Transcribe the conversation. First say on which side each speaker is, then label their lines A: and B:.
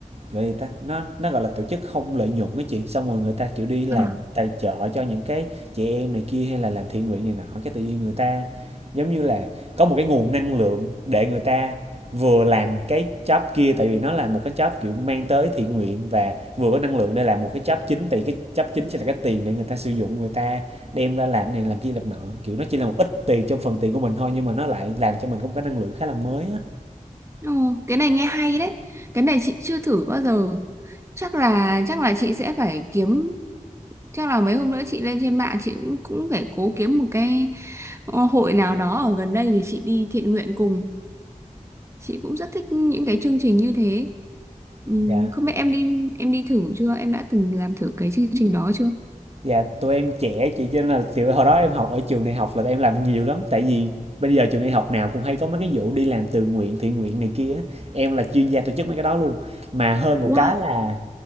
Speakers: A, on the right; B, on the right.
A: Gọi gì ta? Nó nó, gọi là, tổ chức không lợi nhuận á chị, xong rồi người ta, kiểu, đi làm
B: Ừ.
A: tài trợ cho những cái chị em này kia hay là làm thiện nguyện này nọ, cái tự nhiên người ta, giống như là, có một cái nguồn năng lượng để người ta vừa làm cái job kia, tại vì nó là một cái job, kiểu, mang tới thiện nguyện và vừa có năng lượng để làm một cái job chính, tại cái job chính sẽ là cái tiền để người ta sử dụng, người ta đem ra làm này làm kia làm nọ, kiểu, nó chỉ là một ít tiền trong phần tiền của mình thôi nhưng mà nó lại làm cho mình có một cái năng lượng khá là mới á.
B: Ồ, cái này nghe hay đấy. Cái này chị chưa thử bao giờ. Chắc là chắc là chị sẽ phải kiếm chắc là mấy hôm nữa chị lên trên mạng chị cũng cũng phải cố kiếm một cái ờ, hội nào đó ở gần đây để chị đi thiện nguyện cùng. Chị cũng rất thích những cái chương trình như thế. Ừm,
A: Dạ.
B: không biết em đi em đi thử chưa? Em đã từng làm thử cái chương trình đó chưa?
A: Dạ, tụi em trẻ chị cho nên là, kiểu, hồi đó em học ở trường đại học là em làm nhiều lắm, tại vì bây giờ trường đại học nào cũng hay có mấy cái vụ đi làm tự nguyện, thiện nguyện này kia á, em là chuyên gia tổ chức mấy cái đó luôn. Mà hơn một
B: Wow,
A: cái là